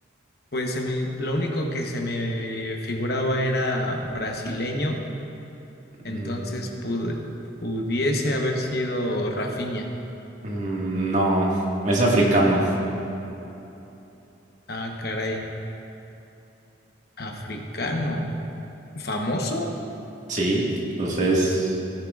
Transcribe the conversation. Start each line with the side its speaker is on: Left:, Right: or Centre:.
Left: Pues se me- lo único que se me figuraba era brasileño, entonces
Right: Mm,
Left: pude- pudiese haber sido Rafinha.
Right: mm, No, es africano.
Left: Ah, caray, africano. ¿Famoso?
Right: Sí, entonces.